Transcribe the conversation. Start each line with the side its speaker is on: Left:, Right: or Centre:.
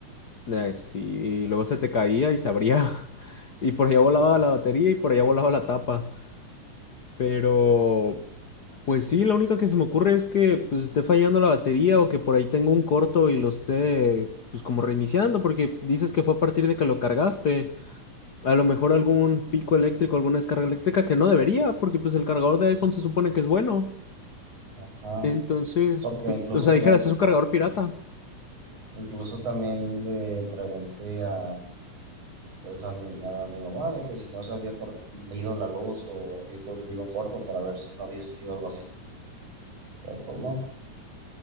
Left: ay, sí, y luego se te caía y se abría. <laughs> Y por allá volaba la batería y por allá volaba la tapa. Pero, pues sí, la única que se me ocurre es que pues, esté fallando la batería o que por ahí tengo un corto y lo esté, pues como reiniciando, porque dices que fue a partir de que lo cargaste. A lo mejor algún pico eléctrico, alguna descarga eléctrica que no debería, porque pues el cargador de iPhone se supone que es bueno.
Right: Ajá,
Left: Entonces,
Right: porque
Left: pues,
Right: incluso
Left: o sea,
Right: también
Left: dijeras, es un cargador pirata.
Right: Incluso también le pregunté a, pues a mi, a mi mamá de que si no se había cor- ido la luz o había ocurrido un corto para ver si no había sido algo así, pero pues no.